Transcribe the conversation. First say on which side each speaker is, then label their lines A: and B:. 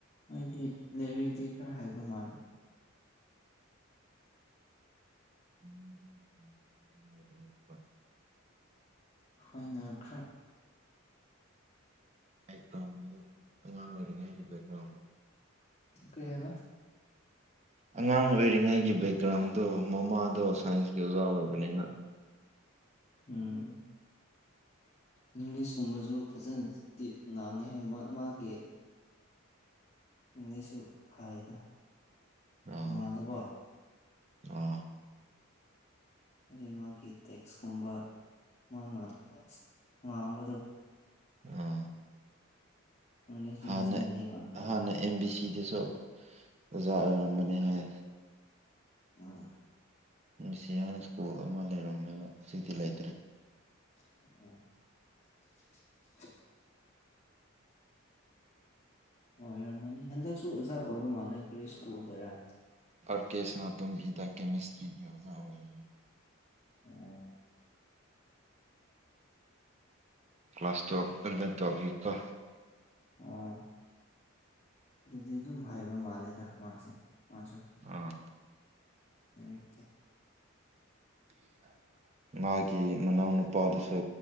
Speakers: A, on the left; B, on the right.
A: ꯍꯥꯏꯗꯤ ꯂꯩꯔꯛꯗꯤ ꯈꯔ ꯍꯥꯏꯕ ꯃꯥꯜꯂꯦ
B: <unintelligible>
A: ꯑꯩꯈꯣꯏꯅ ꯈꯔ
B: ꯕꯦꯛꯒ꯭ꯔꯥꯎꯟꯗꯣ ꯑꯉꯥꯡ ꯑꯣꯏꯔꯤꯉꯩꯒꯤ ꯕꯦꯛꯒ꯭ꯔꯥꯎꯟꯗꯣ
A: ꯀꯩ ꯍꯥꯏꯕ
B: ꯑꯉꯥꯡ ꯑꯣꯏꯔꯤꯉꯩꯒꯤ ꯕꯦꯛꯒ꯭ꯔꯥꯎꯟꯗꯣ ꯃꯃꯥꯗꯣ ꯁꯥꯏꯟꯁꯀꯤ ꯑꯣꯖꯥ ꯑꯣꯏꯕꯅꯤꯅ
A: ꯎꯝ ꯏꯪꯂꯤꯁ ꯀꯨꯝꯕꯁꯨ ꯐꯖꯅꯗꯤ ꯉꯥꯡꯉꯦ ꯃꯥꯒꯤ ꯏꯪꯂꯤꯁꯁꯨ ꯐꯩꯌꯦꯗ
B: ꯑꯣ
A: ꯃꯃꯥꯗꯀꯣ
B: ꯑꯣ
A: ꯑꯗꯨ ꯃꯥꯒꯤ ꯇꯦꯛꯁꯀꯨꯝꯕ ꯃꯥꯅ ꯉꯥꯡꯕꯗꯣ
B: ꯑꯥ
A: ꯏꯪꯂꯤꯁꯇꯤ
B: ꯍꯥꯟꯅ
A: ꯐꯖꯅꯗꯤ ꯉꯥꯡꯉꯦ
B: ꯍꯥꯟꯅ ꯑꯦꯝ ꯕꯤ ꯁꯤꯗꯁꯨ ꯑꯣꯖꯥ ꯑꯣꯏꯔꯝꯕꯅꯤ ꯍꯥꯏ
A: ꯑꯥ
B: ꯃꯤꯁꯤ ꯍꯥꯏꯅ ꯁ꯭ꯀꯨꯜ ꯑꯃ ꯂꯩꯔꯝꯃꯦꯕ ꯁꯤꯗꯤ ꯂꯩꯇ꯭ꯔꯦ
A: ꯑ ꯑꯣꯏꯔꯝꯃꯅꯤ ꯍꯟꯗꯛꯁꯨ ꯑꯣꯖꯥ ꯑꯣꯏꯕ ꯃꯥꯜꯂꯦ ꯀꯔꯤ ꯁ꯭ꯀꯨꯜꯗꯔ
B: ꯑꯥꯔ ꯀꯦ ꯁꯅꯥꯇꯣꯝꯕꯤꯗ ꯀꯦꯃꯤꯁꯇ꯭ꯔꯤꯒꯤ ꯑꯣꯖꯥ ꯑꯣꯏ
A: ꯑꯣ
B: ꯀ꯭ꯂꯥꯁ ꯇ꯭ꯌꯦꯋꯦꯜ ꯑꯦꯂꯚꯦꯟ ꯇꯨꯌꯦꯋꯦꯜꯐꯒꯤꯀꯣ
A: ꯑꯣ ꯑꯗꯨꯗꯤ ꯑꯗꯨꯝ ꯍꯥꯏꯕ ꯃꯥꯜꯂꯦꯗ ꯃꯥꯁꯦ ꯑꯆꯥꯥ
B: ꯑꯥ
A: ꯑꯗꯨꯀꯦ
B: <inaudible> ꯃꯥꯒꯤ ꯃꯅꯥꯎꯅꯨꯄꯥꯗꯨꯁꯨ